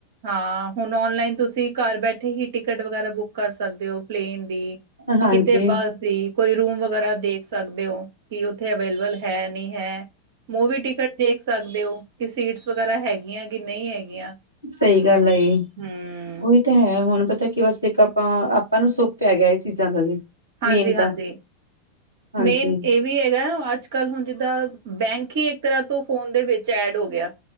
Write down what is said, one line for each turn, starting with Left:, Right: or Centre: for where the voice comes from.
Right: ਹਾਂ ਹੁਣ ਆਨਲਾਈਨ ਤੁਸੀਂ ਘਰ ਬੈਠੇ ਹੀ ਟਿਕਟ ਵਗੈਰਾ ਬੁੱਕ ਕਰ ਸਕਦੇ ਹੋ। ਪਲੇਨ ਦੀ
Left: ਹਾਂਜੀ-ਹਾਂਜੀ-ਹਾਂਜੀ
Right: ਕਿਤੇ ਬੱਸ ਦੀ ਕੋਈ ਰੂਮ ਵਗੈਰਾ ਦੇਖ ਸਕਦੇ ਹੋ। ਕਿ ਉੱਥੇ ਅਵੇਲੇਬਲ ਹੈ ਨਹੀਂ ਹੈ, ਮੂਵੀ ਟਿਕਟ ਦੇਖ ਦੇ ਸਕਦੇ ਹੋ, ਕਿ ਸੀਟਸ ਵਗੈਰਾ ਹੈਗੀਆਂ ਕਿ ਨਹੀਂ ਹੈਗੀਆਂ।
Left: ਸਹੀ ਗੱਲ ਆ ਜੀ,
Right: ਹਮ
Left: ਉਹੀ, ਹੈ ਹੁਣ ਪਤਾ ਕੀ ਬਸ ਇੱਕ ਆਪਾਂ ਆਪਾਂ ਨੂੰ ਸੁੱਖ ਪੈ ਗਿਆ ਇਹ ਚੀਜ਼ਾਂ ਦਾ ਵੀ।
Right: ਹਾਂਜੀ
Left: ਮੇਨ ਤਾਂ
Right: ਹਾਂਜੀ
Left: ਹਾਂਜੀ,
Right: ਮੇਨ ਇਹ ਵੀ ਵੀ ਹੈਗਾ ਅੱਜ ਕੱਲ ਹੁਣ ਜਿੱਦਾਂ ਬੈਂਕ ਹੀ ਇੱਕ ਤਰ੍ਹਾਂ ਤੋਂ ਫੋਨ ਦੇ ਵਿੱਚ ਐਡ ਹੋ ਗਿਆ